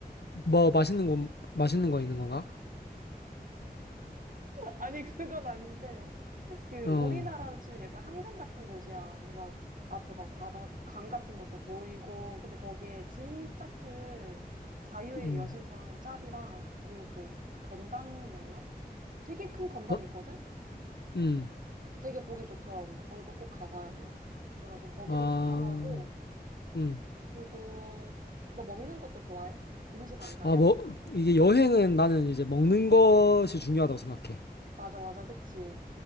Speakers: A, on the left; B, on the right.
A: 뭐, 맛있는 거, 맛있는 거 있는 건가?
B: 아니, 그건 아닌데. 그,
A: 어,
B: 우리나라로 치면 약간 한강 같은 곳이야. 막, 앞에 막 바다, 강 같은 것도 보이고. 근데 거기에 진짜 그 자유의
A: 음,
B: 여신상 짭이랑, 그리고 또 건담이었나? 되게 큰 건담
A: 어,
B: 있거든?
A: 음.
B: 되게 보기 좋더라고. 거기도 꼭 가봐야 돼. 그래가지고 거기도
A: 아,
B: 추천하고,
A: 음.
B: 그리고 너 먹는 것도 좋아해? 음식 안 가려?
A: 아, 뭐, 이게 여행은 나는 이제 먹는 것이 중요하다고 생각해.
B: 맞아, 맞아, 그치.